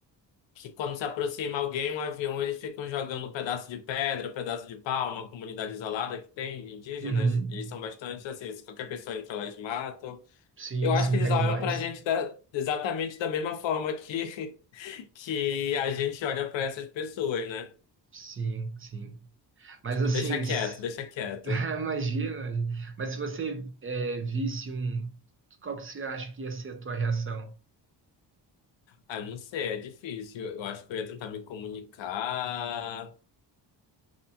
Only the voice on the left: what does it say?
que quando se aproxima alguém, um avião, eles ficam jogando um pedaço de pedra, um pedaço de pau, uma comunidade isolada que tem de indígenas,
eles são bastante assim, se qualquer pessoa entra lá, eles matam.
Eu acho
que eles
olham pra gente da- exatamente da mesma forma que, <laughs> que a gente olha pra essas pessoas, né?
Tipo,
deixa
quieto, deixa quieto.
Ah, não sei, é difícil. Eu acho que eu ia tentar me comunicar.